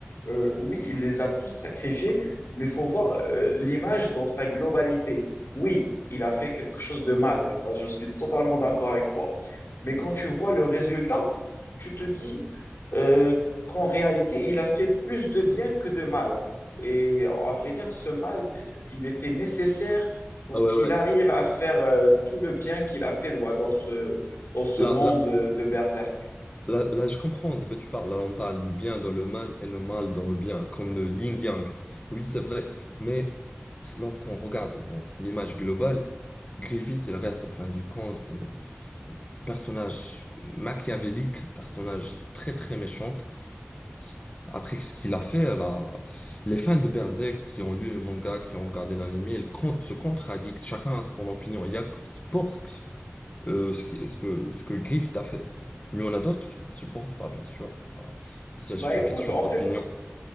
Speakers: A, on the left; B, on the left.
A: Euh, oui, il les a tous sacrifiés, mais faut voir euh, l'image dans sa globalité oui, il a fait quelque chose de mal, ça je suis totalement d'accord avec toi. Mais quand tu vois le résultat, tu te dis euh, qu'en réalité, il a fait plus de bien que de mal. Et à vrai dire, ce mal, il était nécessaire pour
B: Ah ouais,
A: qu'il
B: ouais.
A: arrive à faire euh, tout le bien qu'il a fait voilà, dans ce, dans ce
B: Là,
A: monde
B: là,
A: de, de Berserk.
B: Là, là, je comprends de quoi tu parles. Là, on parle du bien dans le mal et le mal dans le bien, comme le yin-yang. Oui, c'est vrai. Mais c'est- lorsqu'on regarde bon, l'image globale, Griffith, il reste, en fin du compte, un personnage machiavélique, personnage très, très méchant. qui- Après ce qu'il a fait, là, les fans de Berserk qui ont lu le manga, qui ont regardé l'anime, ils con- se contradictent. Chacun a son opinion. Il y a que Sport euh, ce qui- ce que, ce que Griffith a fait. Mais il y en a d'autres qui ne supportent pas, bien sûr. Voilà. C'est
A: Bah écoute,
B: une question
A: en
B: d'opinion.
A: fait,